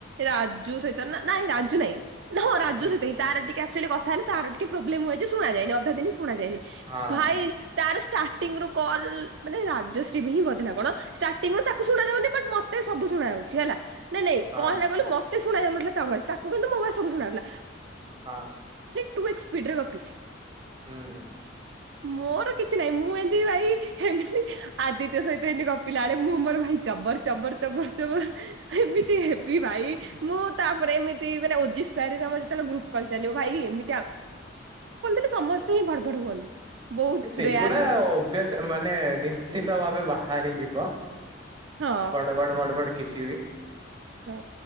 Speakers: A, on the right (about 70°); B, on the right (about 25°).
A: ରାଜୁ ସହିତ, ନାଇଁ, ରାଜୁ ନାଇଁ ହଁ ରାଜ
B: ହୁଁ
A: ସହିତ ହି ତାର ଟିକେ ଆକ୍ଚୁଆଲି କଥା ହେଲେ ତାର ଟିକେ ପ୍ରୋବଲେମ ହୁଏ ଯେ ଶୁଣା ଯାଏନି ଅଧା ଦିନ ଶୁଣ ଯାଇନି
B: ହଁ
A: ଭାଇ
B: ହଁ।
A: ତାର ଷ୍ଟାର୍ଟିଂ ରୁ କଲ ମାନେ ରାଜଶ୍ରୀ ବି ହିଁ ବଧେ ନା କଣ ଷ୍ଟାର୍ଟିୁ ରୁ ତାକୁ ଶୁଣା ଯାଏନି ବଟ ମତେ ସବୁ ଶୁଣା ଯାଉଛି ହେଲା ନାଇ ନାଇଁ
B: ହଁ
A: କଣ ହେଲା କହିଲୁ ମତେ ଶୁଣା ଯାଉନଥିଲା ତା ଭଏସ କିନ୍ତୁ ମୋ ଭଏସ ସବୁ ଶୁଣା ଯାଉଥିଲା
B: ହଁ
A: ଟୁ ଏକ୍ସ୍ ସ୍ପିଡ୍ ରେ ଗପିଛି
B: ହଁ
A: ମୋର କିଛି ନାହିଁ ମୁଁ ଏମତି ଭାଇ ଏମତି ଆଦିତ୍ୟ ସହିତ ଏମିତି ଗପିଲା ବେଳେ ମୁଁ ମୋର ଭାଇ ଚବର ଚବର ଚବର ଚବର ଏମିତି ହେବି ଭାଇ ମୁଁ ତାପରେ ଏମିତି ମାନେ ଭାଇ ଯେତେବେଳେ ଗ୍ରୁପ୍ କଲ ଚାଲିବ ଭାଇ ଏମତି <unintelligible> ସମସ୍ତେ ହିଁ ଭଡ ଭଡ ହୁଅନ୍ତି ବହୁତ
B: ସେଗୁଡା
A: ରେୟାର
B: ଅଭ୍ୟାସ ମାନେ ନିଶ୍ଚିନ୍ତ ଭାବେ ବାହାରି ଯିବ
A: ହଁ।
B: ବଡ ବଡ ବଡ ବଡ କିଛି ବି
A: ହଁ